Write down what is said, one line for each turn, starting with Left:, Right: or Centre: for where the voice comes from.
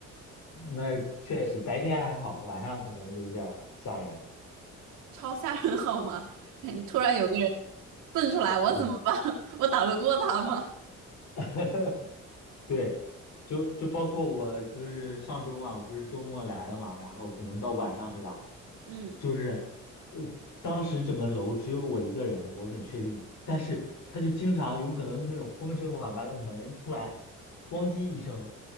Left: 那确实白天还好，晚上可能有点儿吓人。
Right: 超吓人好吗？<laughs> 突然有个人蹦出来，我怎么办？
Left: 嗯，
Right: <laughs> 我打得过他吗？
Left: <laughs> 对，就就包括我就是上周嘛，我不是周末来了嘛，然后可能到晚上是吧？
Right: 嗯，
Left: 就是，呃，当时整个楼只有我一个人，我很确定。但是他就经常有可能是那种风声嘛，把那门突然咣叽一声，